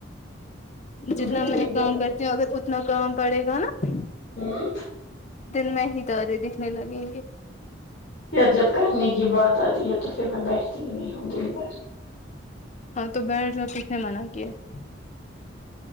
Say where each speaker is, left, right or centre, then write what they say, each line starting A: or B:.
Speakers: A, on the left; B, on the left.
A: جتنا
B: گرمی
A: میں
B: بہت
A: کام کرتی
B: ہے
A: ہوں اگر اتنا کام پڑے گا نہ
B: ہاں
A: دن میں ہی تارے دکھنے لگیں گے
B: یار جب کرنے کی بات آتی ہے تو پھر میں بیٹھتی نہیں ہوں دن بھر
A: ہاں تو بیٹھ جاؤ کس نے منع کیاہے